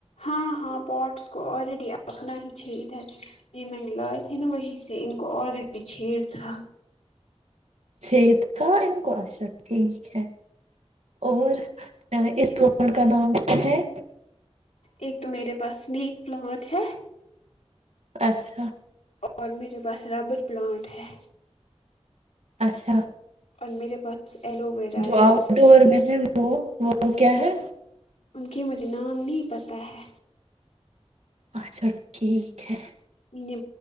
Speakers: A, on the left; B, on the right.
A: ہاں ہاں پوٹس کو آلریڈی اپنا ہی چھید ہے یہ میں نے لائے تھے نا وہیں سے ان کو آلریڈی چھید تھا
B: چھید تھا ان کو اچھا ٹھیک ہے اور اس فلور کا نام کیا ہے
A: ایک تو میرے پاس سنیک پلانٹ ہے
B: اچھا
A: اور میرے پاس ربر پلانٹ ہے
B: اچھا
A: اور میرے پاس ایلو ویرا
B: جو
A: ہے
B: آؤٹ ڈور میں ہے وہ وہ کیا ہے
A: ان کی مجھے نام نہیں پتہ ہے
B: اچھا ٹھیک ہے
A: میں نے